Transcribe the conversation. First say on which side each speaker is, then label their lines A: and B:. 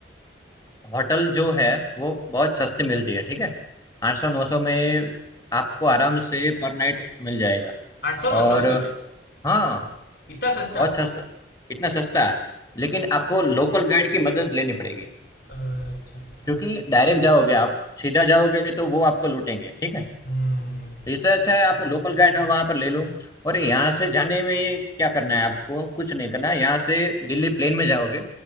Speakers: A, on the left (about 20°); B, on the left (about 60°).
A: होटल जो है वो बहुत सस्ती मिलती है ठीक है आठ सौ नौ सौ में आपको आराम से पर नाइट मिल जाएगा
B: आठ सौ नौ
A: और
B: सौ रुपये में
A: हाँ
B: इतना सस्ता
A: बहुत सस्ता इतना सस्ता है लेकिन आपको लोकल गाइड की मदद लेनी पड़ेगी
B: अच्छा अच्छा
A: क्योंकि डायरेक्ट जाओगे आप सीधा जाओगे तो वो आपको लूटेंगे ठीक है
B: हम्म
A: तो इससे अच्छा है आप लोकल गाइड वहां पर ले लो और यहाँ से जाने में क्या करना है आपको कुछ नहीं करना है यहाँ से दिल्ली प्लेन में जाओगे